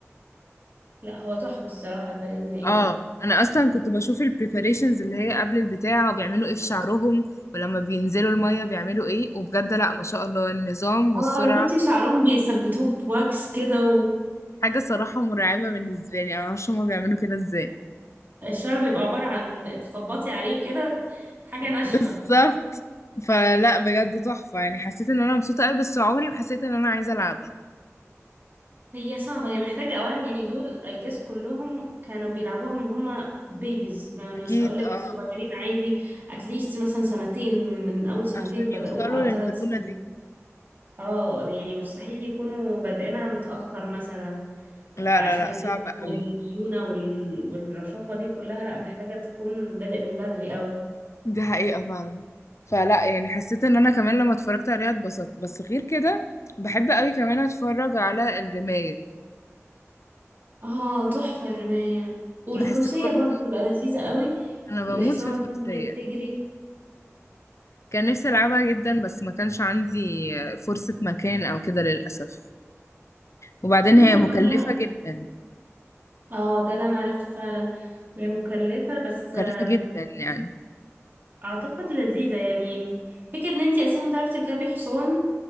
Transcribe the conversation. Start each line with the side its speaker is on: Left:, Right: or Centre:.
Right: لا هو تحفة الصراحة الباليه المائي
Left: اه
Right: ده
Left: انا اصلا كنت بشوف البريباريشنز اللي هي قبل البتاع وبيعملوا ايه في شعرهم ولما بينزلوا الميه بيعملوا ايه وبجد لا ما شاء الله النظام والسرعه
Right: اه شفتي شعرهم بيثبتوه بواكس كده
Left: حاجه صراحه مرعبه بالنسبه لي انا معرفش هما بيعملوا كده ازاي
Right: والشعر بيبقى عبارة عن تخبطي عليه كده حاجة ناشفة
Left: بالظبط فلا بجد تحفة يعني حسيت ان انا مبسوطة قوي بس عمري ما حسيت ان انا عايزة العبها
Right: هي صعبة هي محتاجة أولا يعني دول I guess كلهم كانوا بيلعبوها من هما بيبيز مش
Left: اكيد
Right: هقولك
Left: اه
Right: صغيرين عادي اتليست مثلا سنتين من أول سنتين
Left: عشان
Right: بدأوها
Left: يوصلوا
Right: أو
Left: للمرونة
Right: ثلاث سنين
Left: دي
Right: اه يعني مستحيل يكونوا بادئينها متأخر مثلا عشان
Left: لا لا
Right: الجسم
Left: لا صعبة قوي
Right: والليونة وال... والرشاقة دي كلها لأ محتاجة تكون بادئ من بدري أوي
Left: دي حقيقة فعلا فلا يعني حسيت ان انا كمان لما اتفرجت عليها اتبسطت بس غير كده بحب قوي كمان اتفرج على الرماية
Right: اه تحفة الرماية والفروسية
Left: بحسها برضه
Right: برضو بتبقى لذيذة قوي
Left: انا بموت
Right: الحصانة
Left: في الفروسية
Right: كده وهي بتجري
Left: كان نفسي العبها جدا بس ما كانش عندي فرصة مكان او كده للأسف وبعدين
Right: في
Left: هي
Right: القناة
Left: مكلفة جدا
Right: اه ده اللي انا عرفته فعلا هي مكلفة بس
Left: مكلفة
Right: آه،
Left: جدا يعني
Right: اعتقد لذيذة يعني فكرة ان انتي اساسا تعرفي تركبي حصان